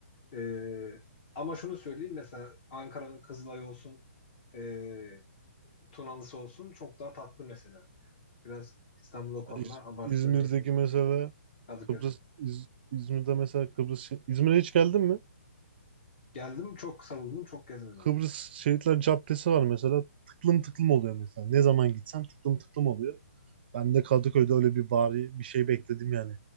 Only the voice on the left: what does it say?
E, ama şunu söyleyeyim. Mesela Ankara'nın Kızılay'ı olsun, e, Tunalısı olsun çok daha tatlı mesela. Biraz İstanbul o konuda
abartılıyor
diyebilirim.
Kadıköy'e.
Geldim çok savundum çok gezmedim.